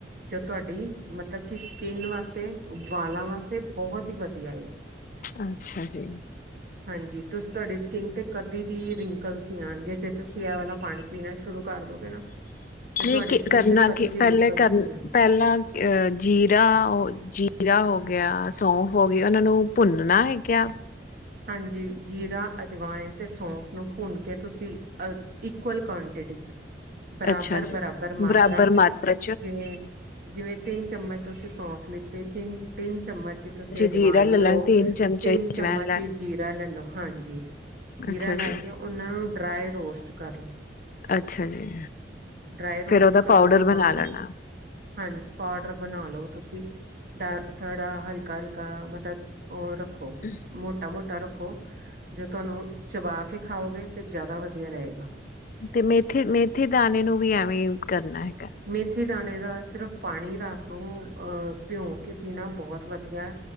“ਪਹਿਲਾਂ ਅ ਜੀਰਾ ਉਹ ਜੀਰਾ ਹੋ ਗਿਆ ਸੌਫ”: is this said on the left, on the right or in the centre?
Left